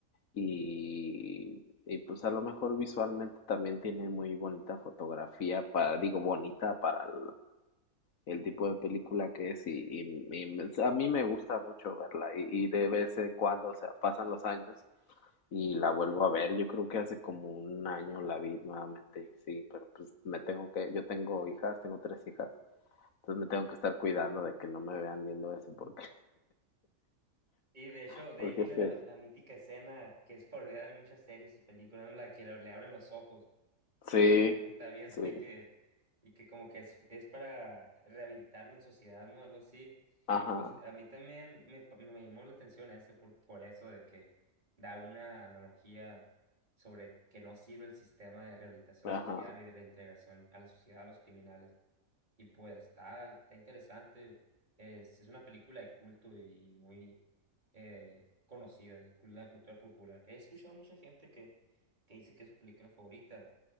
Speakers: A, on the left; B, on the right.
A: Y, y pues a lo mejor visualmente también tiene muy bonita fotografía para, digo, bonita para el, el tipo de película que es y, y- y me- a mí me gusta mucho verla y, y de vez en cuando, o sea, pasan los años y la vuelvo a ver. Yo creo que hace como un año la vi nuevamente y sí, pero pues me tengo que, yo tengo hijas, tengo tres hijas, entonces me tengo que estar cuidando de que no me vean viendo eso porque,
B: Y de hecho,
A: <laughs>
B: de
A: porque
B: ahí viene
A: sí,
B: la, la mítica escena que es parodia de muchas series y películas, ¿no? la que le abren los ojos.
A: sí,
B: que está viendo
A: sí,
B: y que, y que como que es, es para rehabilitarlo en sociedad, ¿no? Algo así.
A: ajá,
B: Y pues a mí también me, pa- me llamó la atención eso por, por eso de que da una analogía sobre que no sirve el sistema de rehabilitación
A: ajá.
B: social y de reintegración a la sociedad, a los criminales. Y pues está, está interesante. Es, es una película de culto y muy eh, conocida, de cul- la cultura popular. He escuchado mucha gente que, que dice que es su película favorita